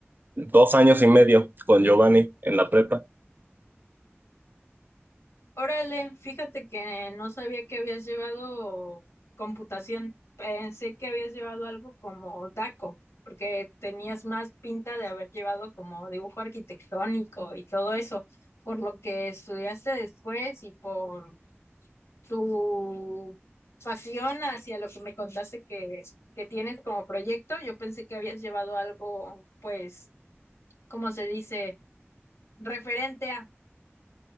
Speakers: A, on the right; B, on the left.
A: dos años y medio con Giovanni en la prepa.
B: Órale, fíjate que no sabía que habías llevado computación. Pensé que habías llevado algo como DACO, porque tenías más pinta de haber llevado como dibujo arquitectónico y todo eso, por lo que estudiaste después y por tu pasión hacia lo que me contaste que, que tienes como proyecto. Yo pensé que habías llevado algo, pues, ¿cómo se dice? Referente a,